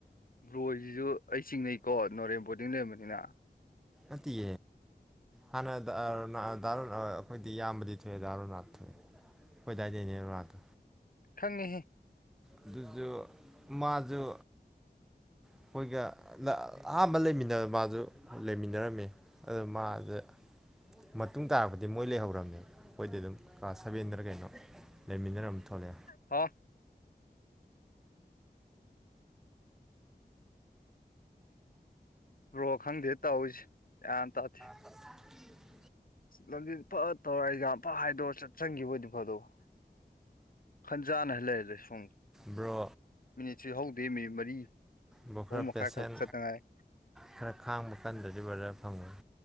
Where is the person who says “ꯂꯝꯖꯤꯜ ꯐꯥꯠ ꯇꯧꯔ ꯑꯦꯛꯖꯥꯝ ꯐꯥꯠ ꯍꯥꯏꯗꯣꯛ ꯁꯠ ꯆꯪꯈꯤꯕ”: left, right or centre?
Left